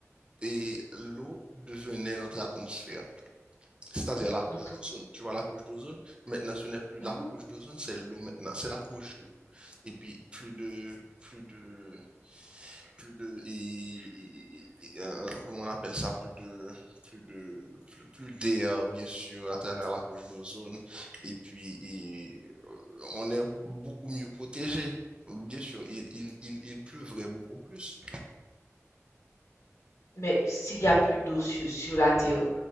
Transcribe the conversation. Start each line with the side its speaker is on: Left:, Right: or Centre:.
Right: et l'eau devenait notre atmosphère. c'est-à-dire la couche
Left: Notre.
Right: d'ozone. Tu vois, la couche d'ozone, maintenant, ce n'est plus la
Left: Mhm.
Right: couche d'ozone, c'est l'eau maintenant, c'est la couche d'eau. Et puis, plus de, plus de, plus de, et, et- et, euh, comment on appelle ça, plus de, plus de, plus, plus d'air, bien sûr, à travers la couche d'ozone. Et puis, et, euh, on est beaucoup mieux protégé. Bien sûr, il, il, il, il pleuvrait beaucoup plus.
Left: Mais s'il y a plus d'eau sur, sur la terre,